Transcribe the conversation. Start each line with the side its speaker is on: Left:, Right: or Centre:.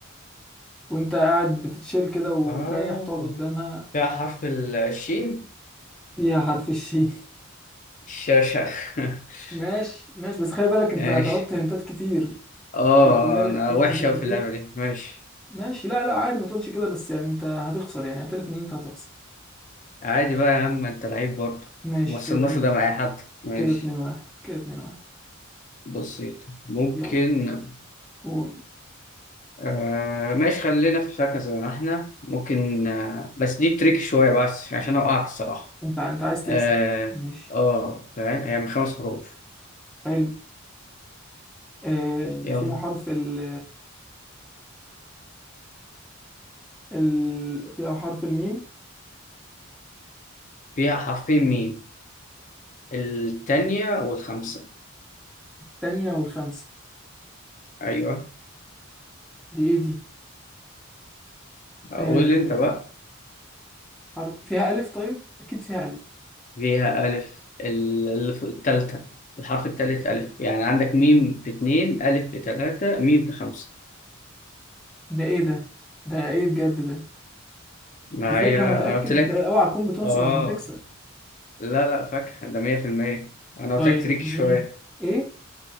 Centre: وأنت قاعد بتتشيل كده وبتريح
Left: آه
Centre: تقعد قدامها
Left: فيها حرف الشين
Centre: فيها حرف الشين
Left: الشاشة <laughs>
Centre: <laughs> ماشي ماشي بس خلي بالك
Left: ماشي
Centre: أنت طلبت هنتات كتير
Left: آه
Centre: خلي بالك
Left: أنا
Centre: طلبت
Left: وحشة
Centre: هنتات
Left: أوي في
Centre: كتير
Left: اللعبة دي ماشي
Centre: ماشي لا لا عادي ما تقولش كده بس يعني انت هتخسر يعني اعترف ان انت هتخسر
Left: عادي بقى يا عم انت لعيب برضه
Centre: ماشي
Left: ما وصلناش
Centre: كده اتنين
Left: ده مع اي حد ماشي
Centre: كده اتنين واحد كده اتنين واحد
Left: بسيط ممكن
Centre: يلا قول
Left: آه ماشي خلينا في الفاكهة زي ما احنا ممكن آه بس دي تريك شوية بس عشان اوقعك الصراحة
Centre: انت انت عايز تكسب
Left: اه
Centre: ماشي
Left: اه فاهم هي من خمس حروف
Centre: حلو آه
Left: يلا
Centre: فيها حرف ال ال فيها حرف الميم
Left: فيها حرفين ميم التانية والخمسة
Centre: تانية والخمسة
Left: ايوه
Centre: دي ايه دي آه
Left: قول انت بقى
Centre: حرف فيها ألف طيب أكيد فيها ألف
Left: فيها ألف ال- الف- التالتة الحرف التالت ألف يعني عندك ميم في اتنين ألف في تلاتة ميم في خمسة
Centre: ده ايه ده ده ايه بجد ده
Left: ما
Centre: دي فاكهة
Left: هي انا
Centre: متأكد
Left: قلت لك
Centre: ده اوعى تكون بتنصب
Left: اه
Centre: عشان تكسب
Left: لا لا فاكهة ده 100% انا
Centre: طيب
Left: قلت لك تريكي
Centre: مي
Left: شوية
Centre: ايه